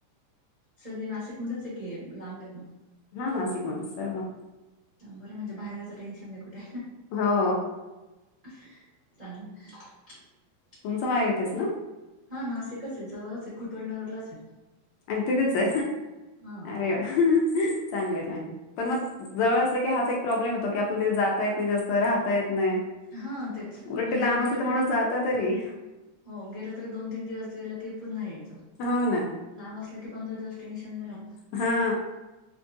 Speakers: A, on the right; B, on the left.
A: सगळे नाशिकमध्येच की लांबयत मग?
B: हा नासिक म्हधे सर्व.
A: बरं म्हणजे बाहेरचं टेन्शन नाय कुठे.
B: हो.
A: चांगलय.
B: तुमचं माहेर येतेच ना?
A: हा नाशिकचय, जवळचय खुटवडनगरलाचय.
B: आणि तिथेचय
A: हा
B: अरे वा चांगलंय, चांगलय पण म जवळ असलं की हाच एक प्रॉब्लेम होतो की आपलं ते जाता येत नाही जास्त राहता ये नाही,
A: हा तेच
B: उलट
A: म्हणजे
B: लांब
A: गेलं
B: असेल तर माणूस
A: तरी
B: जात तरी.
A: हो गेलं तरी दोन तीन दिवस गेलं की पुन्हा ये
B: हो ना.
A: लांब असल पंधरा दिवस टेन्शन नाइ राह
B: हा.